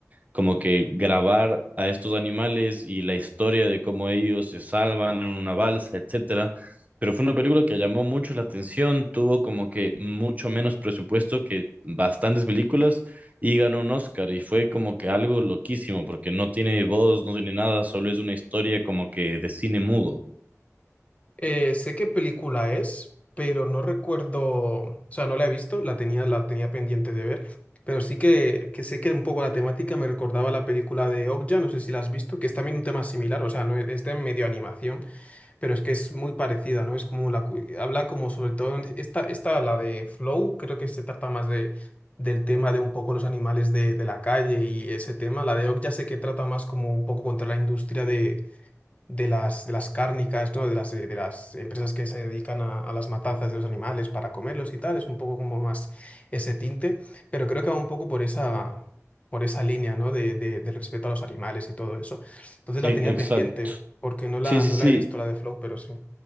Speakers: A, on the right; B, on the left.
A: como que grabar a estos animales y la historia de cómo ellos se salvan en una balsa, etcétera. Pero fue una película que llamó mucho la atención, tuvo como que mucho menos presupuesto que bastantes películas y ganó un Oscar y fue como que algo loquísimo porque no tiene voz, no tiene nada, solo es una historia como que de cine mudo.
B: Eh, sé qué película es, pero no recuerdo, o sea, no la he visto, la tenía, la tenía pendiente de ver, pero sí que, que sé que un poco la temática me recordaba a la película de Okja, no sé si la has visto, que es también un tema similar, o sea, no es es de medio animación, pero es que es muy parecida, ¿no? Es como la, cu- habla como sobre todo, en- esta, esta, la de Flow, creo que se trata más de, del tema de un poco los animales de, de la calle y ese tema, la de Okja sé que trata más como un poco contra la industria de las, de las cárnicas, ¿no? De las, eh, de las empresas que se dedican a, a las matanzas de los animales para comerlos y tal, es un poco como más ese tinte, pero creo que va un poco por esa, por esa línea, ¿no? De, de- del respeto a los animales y todo eso. Entonces
A: E-
B: la tenía
A: Exacto.
B: pendiente, porque no la,
A: Sí, sí,
B: no
A: sí.
B: la he visto la de Flow, pero sí.